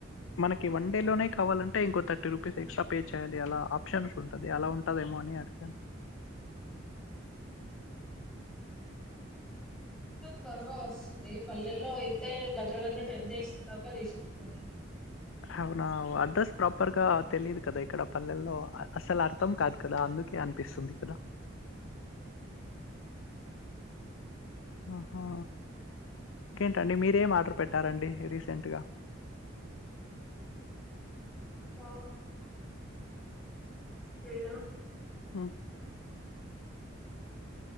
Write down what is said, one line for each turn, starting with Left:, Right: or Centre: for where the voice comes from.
Left: మనకి వన్ డే లోనే కావాలంటే, ఇంకో థర్టీ రూపీస్ ఎక్స్ట్రా పే చేయాలి. అలా ఆప్షన్స్ ఉంటది. అలా ఉంటదేమో అని అడిగాను.
Centre: త్వరగా వస్తుంది. పల్లెల్లో అయితే దగ్గర దగ్గర టెన్ చేస్తు తీసుకుంటుంది.
Left: అవునా అడ్రస్ ప్రాపర్గా తెలియదు కదా. ఇక్కడ పల్లెల్లో అసలు అర్థం కాదు. కదా అందుకే అనిపిస్తుంది కదా. ఆహా ఇంకేంటండి మీరేం ఆర్డర్ పెట్టారండి రీసెంట్ గ
Centre: ఆ ఏడం
Left: హు